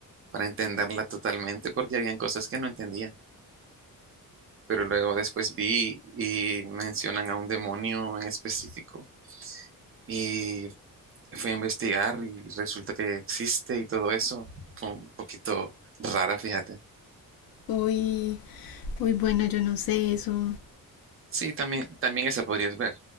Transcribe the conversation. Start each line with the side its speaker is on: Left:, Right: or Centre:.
Right: para entenderla totalmente porque habían cosas que no entendía. Pero luego después vi y mencionan a un demonio en específico Y fui a investigar y resulta que existe y todo eso. Fue un poquito rara, fíjate.
Left: Uy, uy, bueno, yo no sé eso.
Right: Sí, también, también esa podrías ver.